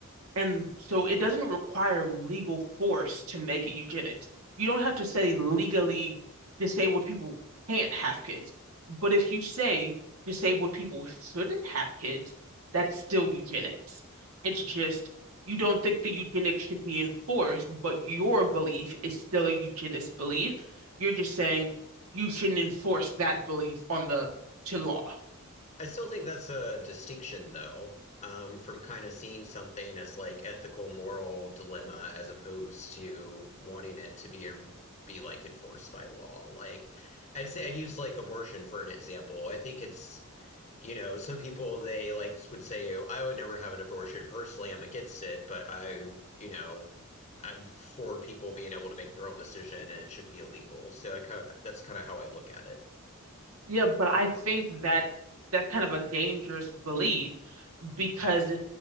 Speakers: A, on the right (about 80°); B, on the left (about 30°).
A: And so it doesn't require legal force to make it eugenics. You don't have to say legally disabled people can't have kids. But if you say disabled people shouldn't have kids, that's still eugenics. It's just you don't think the eugenics should be enforced, but your belief is still a eugenist belief. You're just saying you shouldn't enforce that belief on the to law.
B: I still think that's a distinction, though, um, from kind of seeing something as like ethical, moral dilemma as opposed to wanting it to be in, be like enforced by law. Like, I'd say I'd use like abortion for an example. I think it's, you know, some people they like would say, "Oh, I would never have an abortion personally. I'm against it, but I, you know, I'm for people being able to make their own decision, and it should be illegal." So I kind of that's kind of how I look at it.
A: Yeah, but I think that that's kind of a dangerous belief because